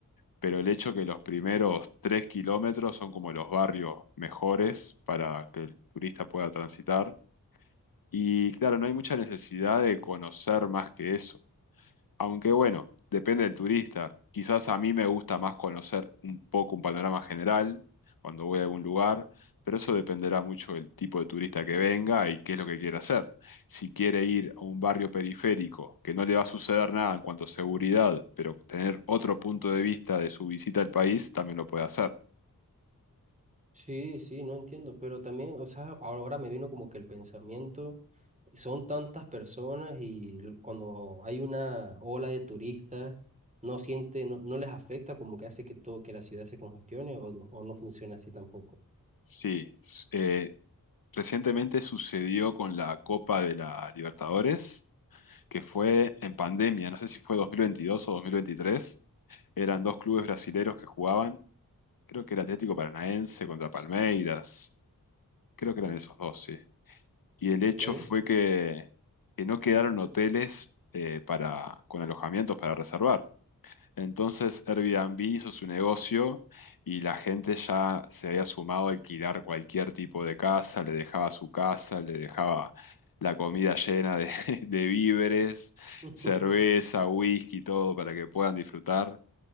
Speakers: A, on the left; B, on the right.
A: pero el hecho que los primeros 3 kilómetros son como los barrios mejores para que el turista pueda transitar. Y claro, no hay mucha necesidad de conocer más que eso. Aunque bueno, depende del turista. Quizás a mí me gusta más conocer un poco un panorama general cuando voy a algún lugar, pero eso dependerá mucho del tipo de turista que venga y qué es lo que quiere hacer. Si quiere ir a un barrio periférico que no le va a suceder nada en cuanto a seguridad, pero tener otro punto de vista de su visita al país, también lo puede hacer.
B: Sí, sí, no entiendo, pero también, o sea, ahora me vino como que el pensamiento, son tantas personas y l- cuando hay una ola de turistas, no siente, no, no les afecta como que hace que todo, que la ciudad se congestione o, no- o no funciona así tampoco.
A: Sí, s- eh, recientemente sucedió con la Copa de la Libertadores que fue en pandemia, no sé si fue 2022 o dos mil veintitrés Eran dos clubes brasileros que jugaban, creo que era Atlético Paranaense contra Palmeiras, creo que eran esos dos, sí. Y el
B: ¿Ok?
A: hecho fue que, que no quedaron hoteles eh, para, con alojamientos para reservar. Entonces Airbnb hizo su negocio y la gente ya se había sumado a alquilar cualquier tipo de casa, le dejaba su casa, le dejaba la comida llena de, <laughs> de víveres,
B: <laughs>
A: cerveza, whisky, todo para que puedan disfrutar.